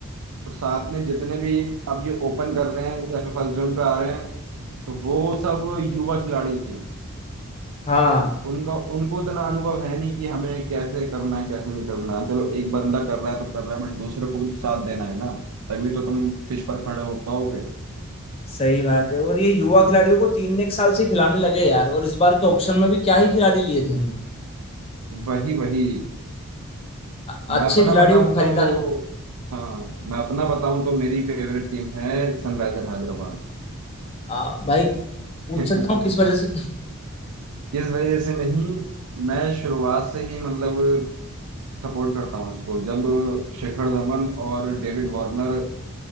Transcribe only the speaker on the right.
और साथ में जितने भी अब ये ओपन कर रहे हैं या फिर फर्स्ट जोन पे आ रहे हैं तो वो सब युवा खिलाड़ी हैं
उनका उनको इतना अनुभव है नहीं कि हमें कैसे करना है कैसे नहीं करना है चलो एक बंदा कर रहा है तो कर रहा है बट दूसरे को भी तो साथ देना है ना तभी तो तुम पिच पर खड़े हो पाओगे
वही वही
मैं
अपना
बताऊं
तो
हाँ मैं अपना बताऊं तो मेरी फेवरेट टीम है सनराइजर हैदराबाद
<laughs>
इस वजह से नहीं मैं शुरुआत से ही मतलब सपोर्ट करता हूँ उसको जब शिखर धवन और डेविड वार्नर